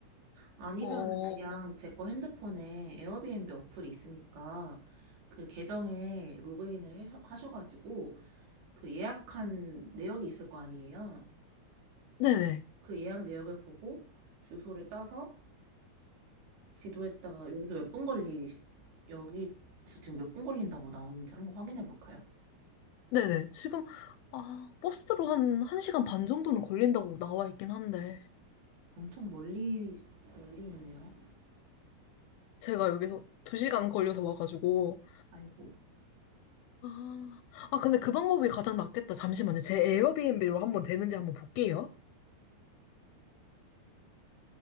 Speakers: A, on the right (about 75°); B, on the left (about 80°).
A: 아니면
B: 어,
A: 그냥 제 거 핸드폰에 에어비앤비 어플이 있으니까 그 계정에 로그인을 해셔- 하셔가지고 그 예약한 내역이 있을 거 아니에요.
B: 네네.
A: 그 예약 내역을 보고 주소를 따서 지도에다가 여기서 몇 분 걸리, 여기 지금 몇 분 걸린다고 나오는지 한번 확인해 볼까요?
B: 네네. 지금, 아, 버스로 한 1시간 반 정도는 걸린다고 나와 있긴 한데.
A: 엄청 멀리, 멀리 있네요.
B: 제가 여기서 두시간 걸려서 와가지고.
A: 아이고.
B: 아, 아, 근데 그 방법이 가장 낫겠다. 잠시만요. 제 에어비앤비로 한번 되는지 한번 볼게요.